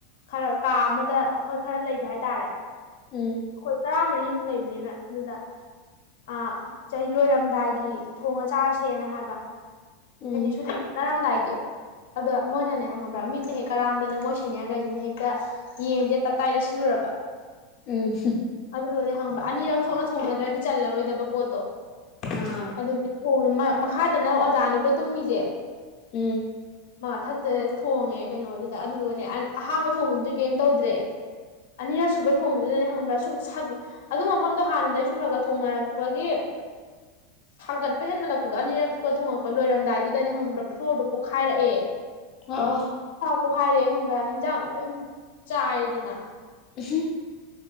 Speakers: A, on the left; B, on the left.
A: ꯈꯔ ꯀꯥ ꯑꯃꯗ ꯑꯩꯈꯣꯏ ꯈꯔ ꯂꯩꯕ ꯍꯥꯏꯇꯥꯔꯦ ꯑꯩꯈꯣꯏ
B: ꯎꯝ
A: ꯇꯥ ꯆꯥ ꯃꯔꯤꯃꯨꯛ ꯂꯩꯕꯅꯤꯕ ꯑꯗꯨꯗ ꯑꯥ ꯆꯩ ꯂꯣꯏꯔꯝꯗꯥꯏꯒꯤ ꯊꯣꯡꯉ ꯆꯥꯔꯁꯦꯅ ꯍꯥꯏꯕ
B: ꯎꯝ
A: ꯁꯨꯇꯤ ꯆꯠꯅꯔꯝꯗꯥꯏꯒꯤ ꯑꯗꯣ ꯃꯣꯏꯅꯅꯦ ꯍꯪꯉꯕ꯭ꯔꯥ ꯃꯤꯠꯅ ꯍꯦꯛ ꯀꯔꯥꯝꯗꯅ ꯃꯣꯏ ꯁꯦꯅꯤꯌꯥꯔꯈꯩꯁꯤꯅ ꯍꯦꯛꯇ ꯌꯦꯡꯁꯦ ꯇꯞꯇꯥꯏ ꯂꯩꯁꯤꯜꯂꯨꯔꯕ
B: ꯎꯝ
A: ꯑꯗꯨꯗꯨꯒꯅꯦ ꯈꯪꯕꯔ ꯑꯅꯤꯔꯛ ꯊꯣꯛꯅ ꯊꯣꯡꯅꯗ꯭ꯔꯗꯤ ꯆꯜꯂꯔꯣꯏꯗꯕ ꯄꯣꯠꯇꯣ
B: ꯑꯥ
A: ꯑꯗꯨꯒꯤ ꯍꯣꯡ ꯃꯈꯥꯗꯅ ꯑꯣꯖꯥꯅꯤꯀꯣ ꯇꯨꯝꯃꯤꯁꯦ
B: ꯎꯝ
A: ꯃ ꯃꯊꯛꯇ ꯊꯣꯡꯉꯦ ꯀꯩꯅꯣꯗꯨꯗ ꯑꯗꯨꯗꯨꯒꯅꯦ ꯑꯍꯥꯟꯕ ꯊꯣꯡꯕꯗꯨꯗꯤ ꯀꯩꯝ ꯇꯧꯗ꯭ꯔꯦ ꯑꯅꯤꯔꯛ ꯁꯨꯕ ꯊꯣꯡꯕꯗꯨꯗꯅꯦ ꯈꯪꯕ꯭ꯔꯥ ꯁꯨꯝ ꯑꯗꯨ ꯃꯐꯝꯗꯣ ꯍꯥꯟꯅꯗꯒꯤꯁꯨ ꯈꯔ ꯈꯔ ꯊꯣꯡꯅꯔꯛꯄꯒꯤ ꯁꯥꯒꯠꯄ ꯍꯦꯟꯃꯠꯂꯛꯄꯗꯣ ꯑꯅꯤꯔꯛꯀ ꯊꯣꯡꯉꯛꯄ ꯂꯣꯏꯔꯝꯗꯥꯏꯗꯨꯗꯅꯦ ꯈꯪꯕ꯭ꯔꯥ ꯐ꯭ꯂꯣꯔꯗꯣ ꯄꯣꯛꯈꯥꯏꯔꯛꯑꯦ
B: ꯑ
A: ꯄꯣꯛꯈꯥꯏꯔꯛꯑꯦ ꯈꯪꯕ꯭ꯔꯥ ꯍꯦꯟꯖꯥꯡꯗꯣ ꯂꯣꯏ ꯆꯥꯏꯔ ꯑꯗꯨꯅ
B: ꯎꯍꯨꯝ